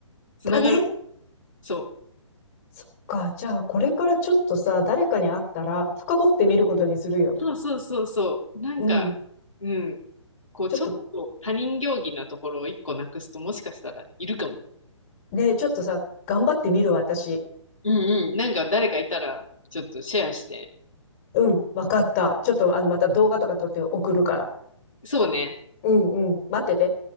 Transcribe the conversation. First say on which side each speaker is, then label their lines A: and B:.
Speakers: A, on the left; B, on the left.
A: つながる。
B: だね。
A: そう。
B: そっか。じゃあ、これからちょっとさ、誰かに会ったら、深掘ってみることにするよ。
A: そうそうそうそう。なんか、
B: うん。
A: うん。こう、
B: ちょっと、
A: ちょっと他人行儀なところを一個なくすと、もしかしたらいるかも。
B: ね、ちょっとさ、頑張ってみるわ、私。
A: うんうん。なんか誰かいたら、ちょっとシェアして。
B: うん、わかった。ちょっと、あの、また動画とか撮って送るから。
A: そうね。
B: うん、うん、待ってて。